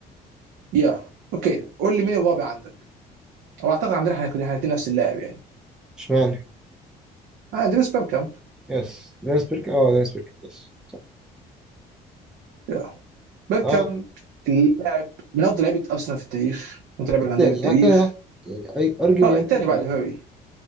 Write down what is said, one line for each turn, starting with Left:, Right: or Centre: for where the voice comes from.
Right: يا اوكي قول لي مين الرابع عندك؟ او اعتقد عندنا احنا كلنا الاثنين نفس اللاعب يعني
Centre: اشمعنى
Right: آه، عندنا بيركامب
Centre: يس دينيس بيرك اه دينيس بيرك يس صح
Right: يا بيركامب
Centre: اه
Right: اللاعب من افضل لعيبه ارسنال في التاريخ من افضل لعيبه
Centre: التاني
Right: الهولنديه في التاريخ
Centre: يعني التاني يعني ارجلي
Right: اه
Centre: يمكن
Right: الثاني
Centre: يبقى
Right: بعد
Centre: الاول
Right: هاري